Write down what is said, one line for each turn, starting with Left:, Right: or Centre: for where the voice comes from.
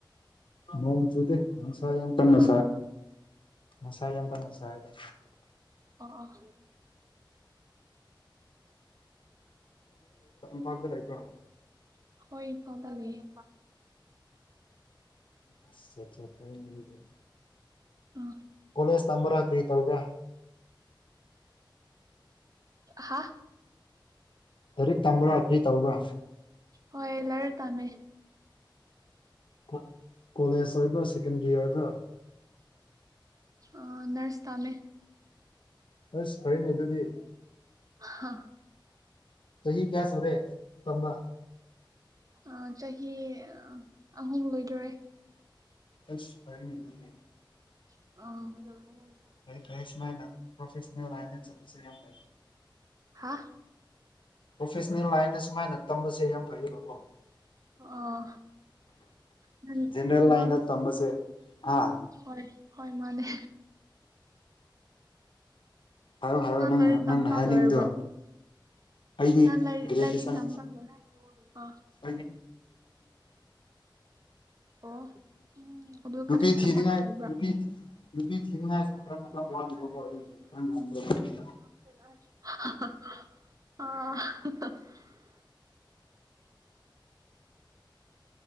Left: ꯅꯣꯡ ꯆꯨꯗꯦ ꯅꯨꯡꯁꯥ ꯌꯥꯝ ꯀꯟꯅ
Right: ꯑꯥ
Left: ꯁꯥꯏ ꯅꯨꯡꯁꯥ ꯌꯥꯝ ꯀꯟꯅ ꯁꯥꯏꯕ
Right: ꯑꯣꯑꯣ
Left: ꯀꯥꯗ ꯂꯩꯕ꯭ꯔꯥ
Right: ꯍꯣꯏ ꯏꯝꯐꯥꯜꯗ ꯂꯩꯌꯦ
Left: ꯑꯁ ꯑꯠꯆꯥ ꯐꯩꯅꯦ ꯑꯗꯨꯗꯤ
Right: ꯑꯥ
Left: ꯀꯣꯂꯦꯖ ꯇꯝꯕ꯭ꯔ ꯀ꯭ꯔꯤ ꯇꯧꯕ꯭ꯔ
Right: ꯍꯥ
Left: ꯂꯥꯏꯔꯤꯛ ꯇꯝꯕ꯭ꯔ ꯀꯔꯤ ꯇꯧꯕ꯭ꯔꯥ
Right: ꯍꯣꯏ ꯂꯥꯏꯔꯤꯛ ꯇꯝꯃꯦ
Left: ꯀꯣ ꯀꯣꯂꯦꯖ ꯑꯣꯏꯕ꯭ꯔꯣ ꯁꯦꯀꯦꯟꯗꯔꯤ ꯑꯣꯏꯕ꯭ꯔꯣ
Right: ꯑꯥ ꯅꯔꯁ ꯇꯝꯃꯦ
Left: ꯑꯁ ꯐꯩꯅꯦ ꯑꯗꯨꯗꯤ
Right: ꯍꯥ
Left: ꯆꯍꯤ ꯀꯌꯥ ꯁꯨꯔꯦ ꯇꯝꯕ
Right: ꯑ ꯆꯍꯤ ꯑꯍꯨꯝ ꯂꯣꯏꯗꯣꯔꯦ
Left: ꯑꯁ ꯐꯔꯦꯅꯦ ꯑꯗꯨꯗꯤ
Right: ꯑꯣ
Left: ꯐꯩ ꯐꯩ ꯁꯨꯃꯥꯏꯅ ꯄ꯭ꯔꯣꯐꯦꯁꯅꯦꯜ ꯂꯥꯏꯟꯗ ꯆꯠꯄꯁꯦ ꯌꯥꯝ ꯐꯩ
Right: ꯍꯥ
Left: ꯄ꯭ꯔꯣꯐꯦꯁꯅꯦꯜ ꯂꯥꯏꯟꯗ ꯁꯨꯃꯥꯏꯅ ꯇꯝꯕꯁꯦ ꯌꯥꯝ ꯐꯩꯌꯦꯕꯀꯣ
Right: ꯑꯣ ꯃꯥ
Left: ꯖꯦꯅꯔꯦꯜ
Right: ꯃꯥꯝ
Left: ꯂꯥꯏꯟꯗ ꯇꯝꯕꯁꯦ ꯑꯥ
Right: ꯍꯣꯏ ꯍꯣꯏ ꯃꯥꯅꯦ
Left: ꯍꯥꯏꯌꯣ ꯍꯥꯏꯌꯣ
Right: ꯅꯪ ꯂꯥꯏꯔꯤꯛ ꯇꯝꯕ
Left: ꯅꯪꯅ ꯍꯥꯏꯅꯤꯡꯕꯗꯣ
Right: ꯂꯣꯏꯔꯕ꯭ꯔꯣ
Left: ꯑꯩꯗꯤ
Right: ꯅꯪ ꯂꯥꯏꯔꯤꯛ
Left: ꯒ꯭ꯔꯦꯖꯨꯑꯦꯁꯟ
Right: ꯂꯥꯏꯔꯤꯛ ꯇꯝꯕ ꯂꯣꯏꯔ ꯌꯣꯏꯃ
Left: <unintelligible>
Right: ꯑꯣ ꯑꯗꯨ
Left: ꯅꯨꯄꯤ
Right: ꯀꯔꯤ
Left: ꯊꯤꯅꯤꯡꯉꯥꯏ
Right: ꯊꯕꯛ ꯇꯧꯕ꯭ꯔꯥ
Left: ꯅꯨꯄꯤ ꯊꯤ ꯅꯨꯄꯤ ꯊꯤꯅꯤꯡꯉꯥꯏꯁꯨ ꯈꯔ ꯃꯇꯝ ꯋꯥꯠꯂꯦ <unintelligible>
Right: <unintelligible>